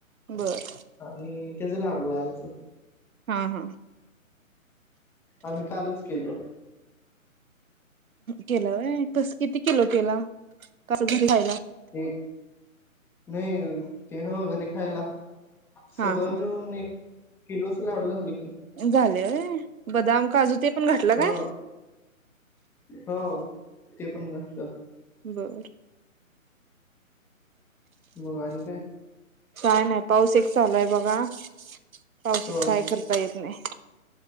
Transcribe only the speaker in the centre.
आणि त्याच लाडू वळायच.
आम्ही कालच केल.
ते नाही ते ह घरीे खायला.
सगळं
मिळून एक, किलोच लाडू झाल‌ की.
ह
हो. ते पण घातलं.
मग आणि काय,
हो